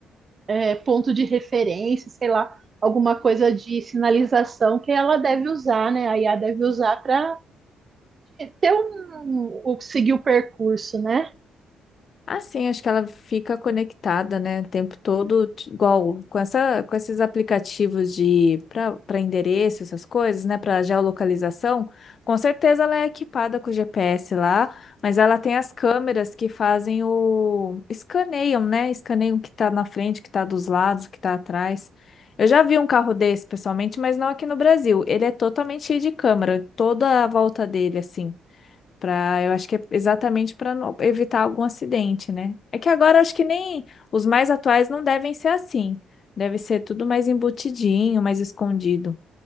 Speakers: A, on the right; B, on the left.
A: é, ponto de referência, sei lá, alguma coisa de sinalização que ela deve usar, né? A IA deve usar para ter um, o, seguir o percurso, né?
B: Assim, acho que ela fica conectada, né, o tempo todo, t- igual com essa, com esses aplicativos de para para endereço, essas coisas, né, para geolocalização. Com certeza ela é equipada com GPS lá, mas ela tem as câmeras que fazem o escaneiam, né? Escaneiam o que está na frente, o que está dos lados, o que está atrás. Eu já vi um carro desse pessoalmente, mas não aqui no Brasil. Ele é totalmente cheio de câmera, toda a volta dele assim. Pra, eu acho que é exatamente para evitar algum acidente, né? É que agora acho que nem os mais atuais não devem ser assim. Deve ser tudo mais embutidinho, mais escondido.